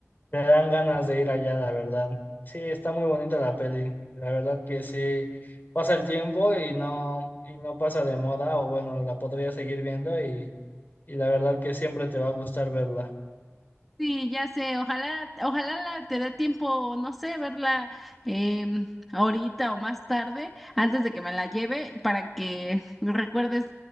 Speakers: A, on the left; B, in the centre.
A: te dan ganas de ir allá, la verdad. Sí, está muy bonita la peli, la verdad que sí, pasa el tiempo y no, y no pasa de moda o bueno, la podría seguir viendo y y la verdad que siempre te va a gustar verla.
B: Sí, ya sé, ojalá, ojalá la- te dé tiempo, no sé, verla em, ahorita o más tarde, antes de que me la lleve, para que recuerdes